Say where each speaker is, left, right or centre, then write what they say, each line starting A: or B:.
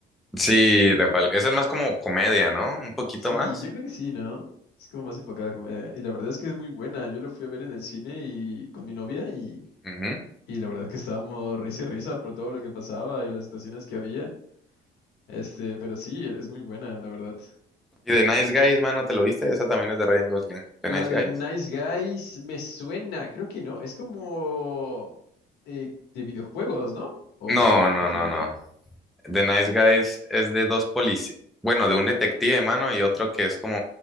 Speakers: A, in the centre; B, on the left.
A: Sí, de fal- esa es más como comedia, ¿no? Un poquito
B: Sí,
A: más.
B: yo creo que sí, ¿no? Es como más enfocada. como, eh, y la verdad es que es muy buena. Yo lo fui a ver en el cine y con mi novia y,
A: Ujú.
B: y la verdad es que estábamos risa y risa por todo lo que pasaba y las situaciones que había. Este, pero sí, es muy buena, la verdad.
A: Y The Nice Guys, mano, ¿te lo viste? Esa también es de Ryan Gosling. ¿The
B: La
A: Nice
B: de
A: Guys?
B: Nice Guys me suena, creo que no. Es como eh, de videojuegos, ¿no? ¿O
A: No,
B: estoy
A: no,
B: confundiendo?
A: no, no. The Nice Guys es de dos policías, bueno, de un detective, mano, y otro que es como